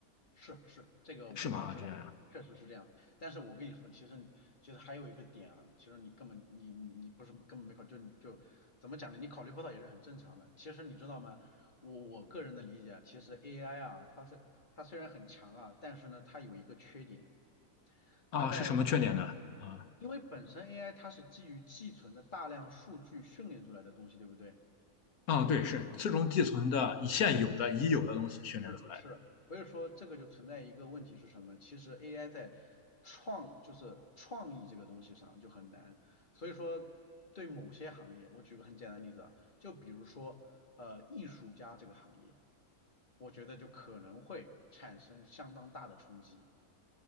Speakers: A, on the left (about 35°); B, on the left (about 85°).
A: 是是，这个我我知道，
B: 是吗？啊这样呀
A: 确实是这样。但是我跟你说，其实其实还有一个点啊，其实你根本你你你不是根本没考，就就怎么讲呢？你考虑不到也是很正常的。其实你知道吗？我我个人的理解啊，其实 AI 啊，它虽它虽然很强啊，但是呢，它有一个缺点，
B: 啊，
A: 它在
B: 是什么缺点呢？啊
A: 因为本身 AI 它是基于寄存的大量数据训练出来的东西，对不对？
B: 啊，对，是自从寄存的现有的已有的东西训练出来的。
A: 是是，所以说这个就存在一个问题是什么？其实 AI 在创就是创意这个东西上就很难，所以说对某些行业，我举个很简单的例子啊，就比如说呃艺术家这个行业，我觉得就可能会产生相当大的冲击。